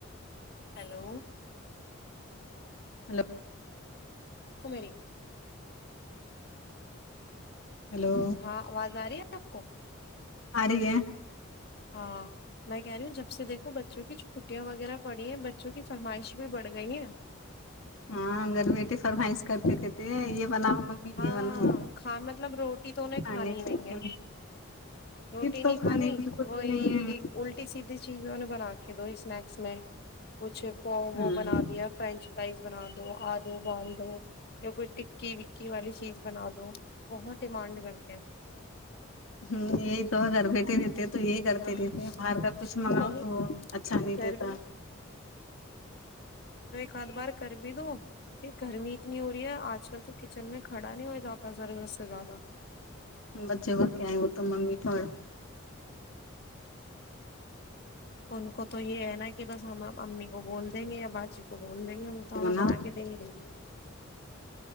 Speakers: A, on the left; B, on the left.
A: ہلو
B: ہلو
A: کومری
B: ہلو
A: ہاں آواز آ رہی ہے سکو
B: آ رہیک
A: ہاں میں کہ رہی ہوں جب دیکو بچوں کی چھٹی وغیرہ پڑی ہے بچوں کی فرمائش بھی بڑی پڑ گئی ہیں
B: ہاں گھر بیٹے فرمائش کرتے رہتے ہیں یہ بناؤ ممی
A: ہاں
B: یہ بناؤ
A: کھان مطلب روٹی تو انہیں
B: کھانے
A: کھانی نہیں
B: کے لیے
A: ہے روٹی نہیں
B: تو
A: کھانی
B: کھانے بالکل
A: وہ
B: بھی
A: یہ
B: نہیں
A: الٹی سیدھی چیزوں نے بنا کے دو اسنیکس میں کچھ وہ
B: ہے
A: وہ
B: ہوں
A: بنا دیا فرینچ فرائز بنا دو آلو بال دو کوئی ٹکی بھی پکی والی چیز بنا تو بہت ڈیمانڈ کر کے
B: ہ یہ تو ہو گر بیٹ تو یہی کرتے
A: ہاں
B: رہتے باہر کا کچھ منگاؤ
A: اور
B: تو وہ اچھا نہیں
A: گھر
B: دیتا
A: میں کار بار کر بھی دو یہ گرمی اتنی ہو رہی ہے آج کل تو کچن میں کھڑا نہیں ہو جاتا ضرورت سے زیادہ
B: بچے کو کیا ہے وہ تو ممی تو
A: ان کو تو یہ ہے نا کہ بس ہم امی کو بول دیں گے یا باجی کو بول بول دیں گے وہ تو ہمیں
B: بناؤ
A: بنا کے دے ہی دیں گے